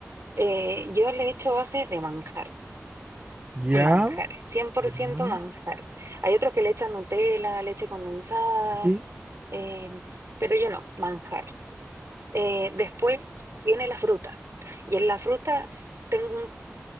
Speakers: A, on the right; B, on the right.
A: eh, yo le echo base de manjar,
B: Ya,
A: <clears throat> manjar, cien por
B: ya,
A: ciento manjar. Hay otros que le echan Nutella, leche condensada,
B: sí.
A: eh, pero yo no, manjar. Eh, después viene la fruta, y en la fruta s- tengo un-